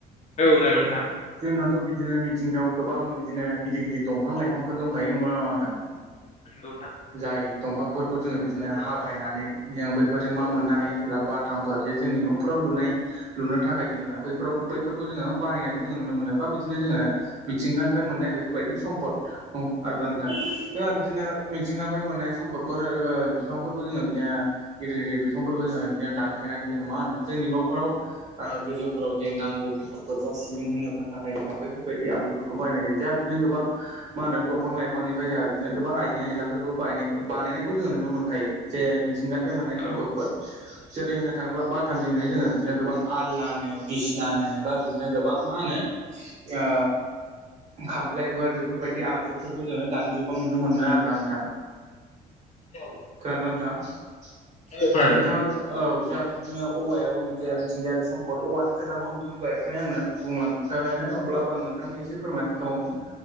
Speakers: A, on the left; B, on the right.
A: औ जागोन नोंथां
B: जोंहाथ' बिदिनो मिथिंगायाव गोबां इदिनो गिदिर गिदिर दंफां लाइफांफोर दंखायो नंगौना नङा नोंथां
A: नंगौ नोंथां
B: जाय दंफांफोरखौ जोङो बिदिनो हाफायनानै जों बैफोरजों मा मोननो हायो होनब्ला बा थामफोर जे जोंनि न'फोराव लुनाय लुनो थाखाय जोङो बैफोराव बैफोरखौ जोङो बाहायनायखौ जोङो नुनो मोनो बा बिदिनो जोङो मिथिंगानिफ्राय मोननाय बेफोरबायदि समपद औ आरोना नोंथां जोंहा बिदिनो मिथिंगानिफ्राय मोननाय सम्फदफोर एबा बिफांफोरखौ जोङो बिदिनो गिदिर गिदिर बिफांफोरखौ जोङो बिदिनो दानफायनानै जोङो मा होनो जोंनि नखराव ओ गोजौफोराव जे नांगौ बुस्थुफोर बा <unintelligible> सिबिं होनो थाखाय जोङो बैफोरबायदि आगजुफोरखौ बायनाय जायो जोंहा बिदिनो गोबां मा होनो दंफां लाइफांनिफ्राय जोंहा बिदिनो गोबां आइजें आइलाफोरखौ बाय बानायनायखौ जोङो नुनो मोनखायो जे थिंगानिफ्राय मोननाय
A: औ
B: सम्पदफोर जेरै होनो थाङोब्ला बाथामजों जोङो बिदिनो गोबां आलनानो बिसनानो बा बिदिनो गो गोबां मा होनो ओ खामफ्लायफोर बेफोरबायदि आगजुफोरखौ जोङो दानि जुगाव नुनो मोनो आरोना नोंथां।
A: औ
B: खोनादोंना नोंथाङा
A: औ खोनादों
B: नोंथाङाथ'
A: नोंथां
B: औ जोंहाथ' बिदिनो औवायाबो मोनसे मिथिंगायारि सम्पद औवानि खोथाखौ नोंथाङा होनबाय <unintelligible> ओफ्राय आंनो बुंलांजोबखाबायानो अब्लाबो आं नोंथांनि एसे फोरमायनानै खिन्थाबावनि